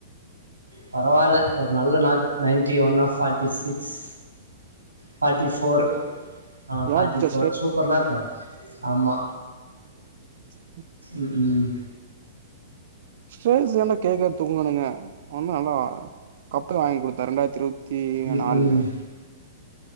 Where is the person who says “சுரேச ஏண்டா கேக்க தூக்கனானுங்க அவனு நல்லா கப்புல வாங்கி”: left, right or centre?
Right